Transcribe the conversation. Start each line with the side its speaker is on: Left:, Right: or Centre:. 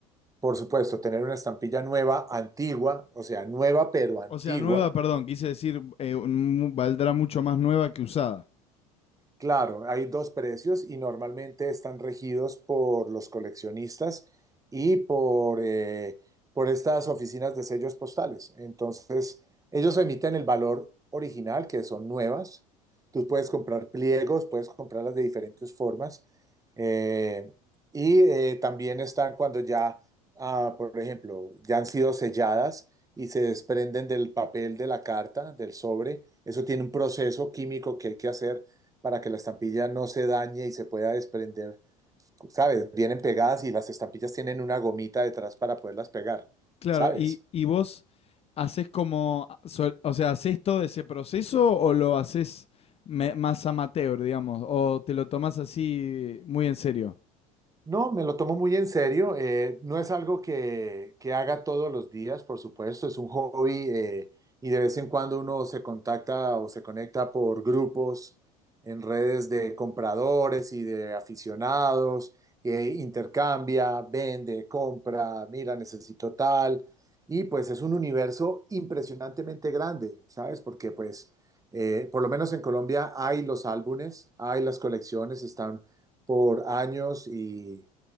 Right: Por supuesto, tener una estampilla nueva, antigua, o sea, nueva pero antigua,
Left: O sea, nueva, perdón, quise decir, eh, mu- valdrá mucho más nueva que usada.
Right: Claro, hay dos precios y normalmente están regidos por los coleccionistas y por, eh, por estas oficinas de sellos postales. Entonces, ellos emiten el valor original, que son nuevas. Tú puedes comprar pliegos, puedes comprarlas de diferentes formas. Eh, y eh, también están cuando ya, ah, por ejemplo, ya han sido selladas y se desprenden del papel de la carta, del sobre. Eso tiene un proceso químico que hay que hacer para que la estampilla no se dañe y se pueda desprender. ¿Sabes? Vienen pegadas y las estampillas tienen una gomita detrás para poderlas pegar.
Left: Claro,
Right: ¿Sabes?
Left: y, y vos haces como, sol- o sea, ¿haces todo ese proceso o lo haces me- más amateur, digamos? ¿O te lo tomás así muy en serio?
Right: No, me lo tomo muy en serio. eh, no es algo que, que haga todos los días, por supuesto. Es un hobby eh, y de vez en cuando uno se contacta o se conecta por grupos en redes de compradores y de aficionados. eh, intercambia, vende, compra, mira, necesito tal. Y pues es un universo impresionantemente grande, ¿sabes? Porque pues, eh, por lo menos en Colombia hay los álbumes, hay las colecciones, están por años y